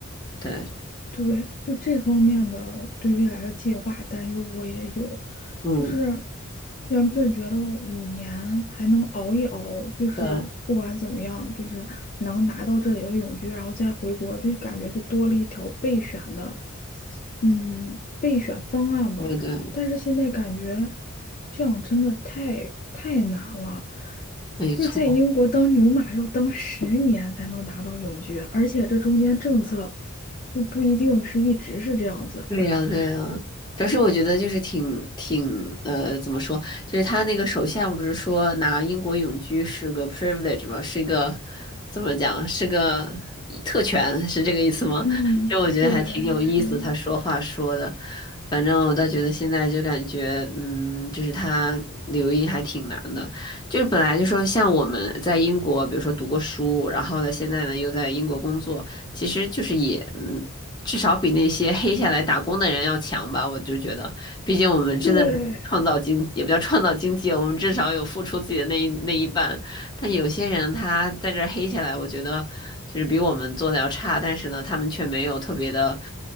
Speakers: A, on the left (about 20°); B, on the left (about 40°).
A: 对，
B: 对，就这方面的对未来的计划担忧我也有，
A: 嗯，
B: 就是原本觉得五年还能熬一熬，就是不管怎么样，
A: 对，
B: 就是能拿到这里的永居，然后再回国，就感觉是多了一条备选的，嗯，备选方案吧。
A: 对对，
B: 但是现在感觉这样真的太太难了，
A: 没错。
B: 就是在英国当牛马要当十年才能拿到永居，而且这中间政策又不一定是一直是这样子。
A: 对呀，对呀，主要是我觉得就是挺挺呃，怎么说，就是他那个首相不是说拿英国永居是个 privilege 吗？是一个怎么讲？是个特权，是这个意思吗？
B: 嗯，
A: 就我觉得还挺有意思，
B: 对，是，
A: 他说话说的，反正我倒觉得现在就感觉，嗯，就是他留英还挺难的，就是本来就说像我们在英国，比如说读过书，然后呢，现在呢又在英国工作。其实就是也嗯，至少比那些黑下来打工的人要强吧。我就觉得，毕竟我们真的创造经，
B: 对，
A: 也不叫创造经济，我们至少有付出自己的那一那一半。但有些人他在这儿黑下来，我觉得就是比我们做的要差，但是呢，他们却没有特别的，